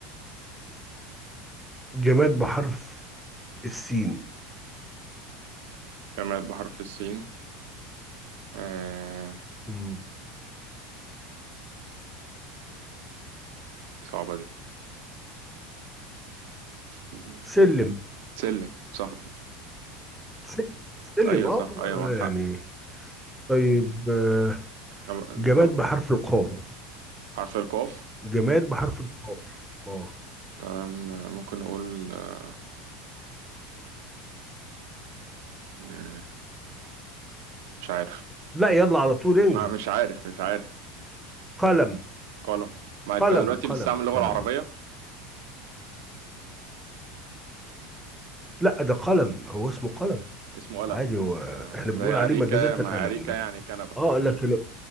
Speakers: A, in the centre; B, on the right.
A: جماد بحرف السين
B: جماد بحرف السين آه...
A: مم.
B: صعبة دي سين.
A: سلم
B: سلم صح
A: سلم سلم،
B: أيوة
A: اه
B: صح أيوة
A: آه،
B: معاك حق
A: يعني طيب آه،
B: جم-
A: جماد
B: طب
A: بحرف القاف
B: حرف القاف
A: جماد بحرف القاف اه
B: تمام آه، ممكن نقول آه، مم، مش عارف
A: لا يلا على طول انجز
B: لا مش عارف مش عارف
A: قلم
B: قلم ما انت
A: قلم
B: دلوقتي
A: قلم
B: بتستعمل اللغة
A: قلم
B: العربية
A: لا ده قلم هو اسمه قلم
B: اسمه قلم
A: عادي هو
B: آه...
A: احنا
B: زي
A: بنقول
B: أريكة
A: عليه مجازة
B: ما
A: قلم
B: أريكة
A: لكن
B: يعني كنبة
A: اه لكن